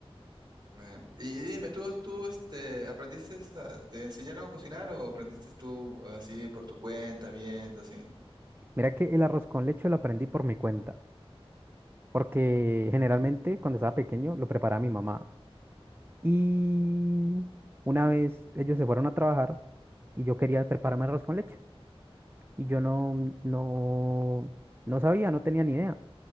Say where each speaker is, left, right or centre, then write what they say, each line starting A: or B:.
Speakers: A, on the right; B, on the right.
A: Bueno, y dime, ¿tú, tú este, aprendiste, a- te enseñaron a cocinar o aprendiste tú así por tu cuenta, viendo, así?
B: Mira que el arroz con leche lo aprendí por mi cuenta. porque generalmente cuando estaba pequeño lo preparaba mi mamá. Y una vez ellos se fueron a trabajar y yo quería prepararme arroz con leche y yo no, no, no sabía, no tenía ni idea.